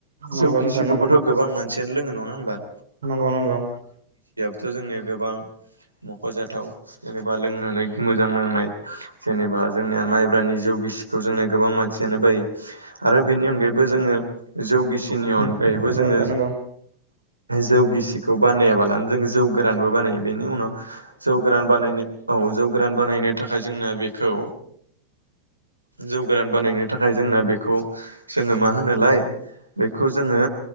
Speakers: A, on the right (about 65°); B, on the right (about 85°).
A: नंगौ
B: जौ गिसिखौबोथ'
A: नंगौ नोंथां
B: गोबां मोन मोनसेनो लो नंङा होनबा?
A: नंगौ नंगौ
B: थ' जोंनिया गोबां मख'जाथाव जेनेबा लोंनानै मोजां नांनाय जेनेबा जोंनिया माइब्रानि जौ गिसिखौ जोंनो गोबां मानसियानो बायो आरो बेनि अनगायैबो जोंङो जौगिसिनि
A: नोंथां
B: अनगायैबो जोंङो
A: नंगौ नंगौ
B: जौगिसिखौ बानाया नानै जों जौ गोरानबो बानायो बेनि उनाव जौ गोरान बानायनो औ जौ गोरान बानायनो थाखाय जोंना बेखौ जौ गोरान बानायनो थाखाय जोंना बेखौ जोंङो मा होनोलाय बेखौ जोंङो